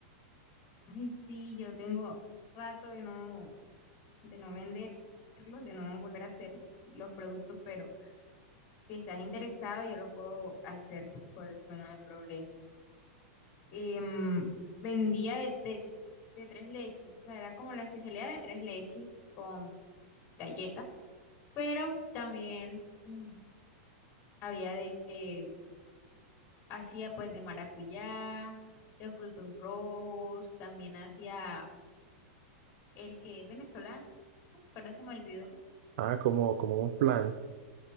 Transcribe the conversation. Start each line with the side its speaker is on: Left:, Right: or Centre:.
Left: Ay, sí, yo tengo rato de no, de no venderlos, de no volver a hacer los productos, pero si estás interesado, yo lo puedo hacer, por eso no hay problema. Em, vendía de, de, de tres leches, o sea, era como la especialidad de tres leches con galleta, pero también mm, había de, eh, Hacía pues de maracuyá, de frutos rojos, también hacía el que es venezolano, ahora se me olvidó,
Right: Ah, como, como un flan.